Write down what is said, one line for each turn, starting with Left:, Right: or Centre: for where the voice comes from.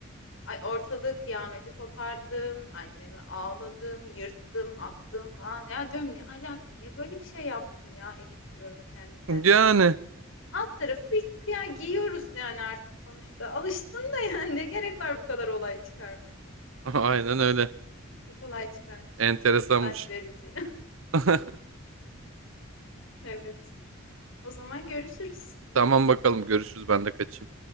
Left: Ay ortalığı kıyameti kopardım, anneme ağladım, yırttım, attım falan. Ya diyorum ne alaka niye böyle bir şey yaptın ya Elif diyorum kendi kendime.
Right: Yani
Left: Alt tarafı bir ya giyiyoruz yani artık sonuçta. Alıştın da yani ne gerek var bu kadar olay çıkarmaya.
Right: <laughs> aynen öyle.
Left: Çok olay çıkarmıştım.
Right: Enteresanmış.
Left: Çok utanç verici. <laughs>
Right: <laughs>
Left: Evet. O zaman görüşürüz.
Right: Tamam bakalım görüşürüz ben de kaçayım.